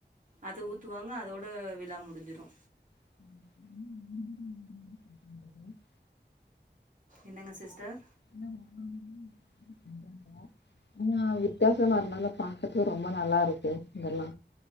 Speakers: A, on the right (about 45°); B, on the left (about 75°).
A: அதட ஊத்துவாங்க அதோட விழா முடிஞ்சிடு
B: <inaudible>
A: என்னங்க சிஸ்டர்
B: இல்ல அங்க ஒவ்வொன்லியு <inaudible> ஆனா வித்யாசமா இருந்தால பாக்கர்கே ரொம்ப நல்லாருக்கு இதெல்லா